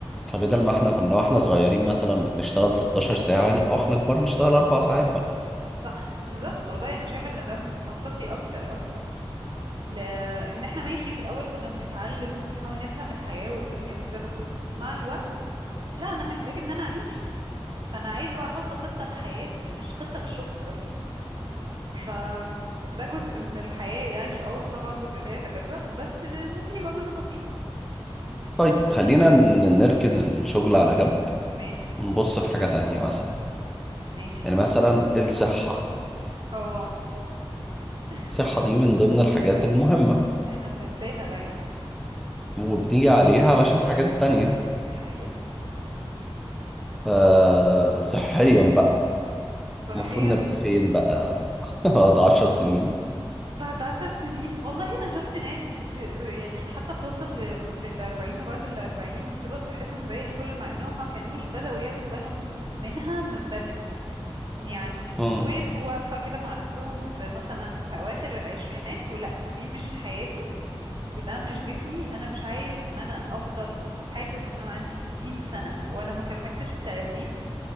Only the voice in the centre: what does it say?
فبدل ما احنا كنا واحنا صغيرين مثلا بنشتغل 16 ساعة نبقى واحنا كبار نشتغل اربع ساعات بقى
طيب خلينا ن- نركن الشغل على جنب
نبص في حاجة تانية مثلا
يعني مثلا الصحة
الصحة دي من ضمن الحاجات المهمة
وبنيجي عليها علشان الحاجات التانية
فصحيا بقى
المفروض نبقى فين بقى <laughs> بعد عشر سنين
مم.